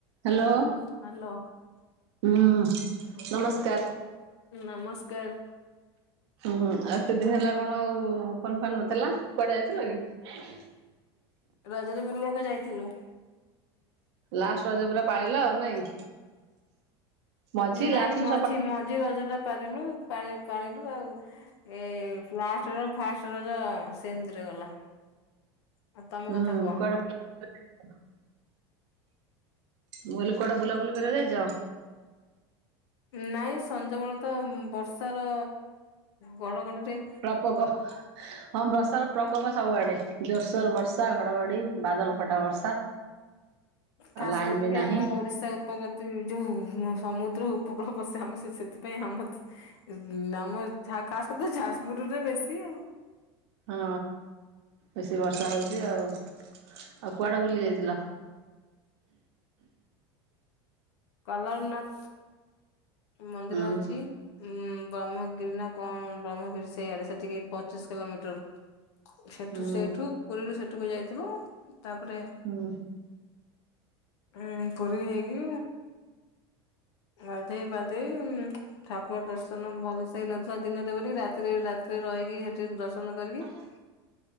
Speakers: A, on the right; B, on the left.
A: Hello.
B: Hello hello.
A: ହୁଁ ନମସ୍କାର୍।
B: ନମସ୍କାର୍।
A: ହୁଁ ଆଉ ଏତେ ଦିନ ହେଲା କଣ ଆଉ ଫୋନ୍ ଫାନ୍ ନଥିଲା କୁଆଡ଼େ ଯାଇଥିଲ କି।
B: ରଜରେ ବୁଲିଆକୁ ଯାଇଥିଲୁ।
A: ଲାଷ୍ଟ୍ ରଜ ପୁରା ପାଳିଲ ଆଉ ନାଇଁ। ମଝି
B: ନାଇଁ
A: ଲାଷ୍ଟ
B: ମଝି
A: ସବୁ
B: ମଝି ରଜ ଟା ପାରିଲୁ ପା-ପାଳିଲୁ ଆଉ। ଏ ଲାଷ୍ଟ ର ଫାଷ୍ଟ ରଜ ସେମ୍ ତିରେ ଗଲା। ଆଉ ତମ
A: ହୁଁ
B: କଥା କୁହ
A: କଆଡ଼େ <unintelligible> ମୁଁ କହିଲି କୁଆଡ଼େ ବୁଲାବୁଲି କରିବାକୁ ଯାଇଛ।
B: ନାଇଁ ସଞ୍ଜ ବେଳେତ ବର୍ଷାର ଗଡ଼ଗଡ଼ିରେ
A: ପଗ ହଁ ବର୍ଷା ର ପ୍ରକୋପ ସବୁଆଡେ ଜୋର୍ ସୋର୍ ବର୍ଷା ଘଡ଼ଘଡି଼ ବାଦଲ ଫଟା ବର୍ଷା। ଆଉ
B: ଖାସ
A: ଲାଇନ
B: କରିକି
A: ବି ନାହିଁ
B: ଆମ ଓଡିଶା ଉପଗତି ଯୋଉ ସମୁଦ୍ର ଉପକୂଳ ବସେ ଆମେ ସେ ସେଥିପାଇଁ ଆମ ଥି ନାମ ଛା ଖାସ୍ ତ ଯାଜପୁର ରେ ବେଶୀ ଆଉ।
A: ହଁ ବେଶୀ ବର୍ଷା ହଉଛି ଆଉ ଆଉ କୁଆଡ଼େ ବୁଲି ଯାଇଥିଲ।
B: କଲାରନାଥ୍ ମନ୍ଦିର
A: ହୁଁ
B: ଅଛି। ଉଁ ବ୍ରହ୍ମଗିରି ନା କଣ ବ୍ରହ୍ମଗିରି ସେଇଆଡେ ସେଟିକି ପଚିଶି କିଲୋମିଟର। ସେଠୁ
A: ହୁଁ
B: ସେଇଠୁ ପୁରୀରୁ ସେଠୁକୁ ଯାଇଥିଲୁ ତାପରେ
A: ହୁଁ
B: ଉଁ ପୁରୀ ହେଇକି। ଗାଧେଇ ପାଧେଇ ଉଁ ଠାକୁର ଦର୍ଶନ ଭଲସେ ହେଇନଥିଲା ଦିନରେ ବୋଲି ରାତି ରାତିରେ ରହିକି ସେଠି ଦର୍ଶନ କରିକି
A: ହ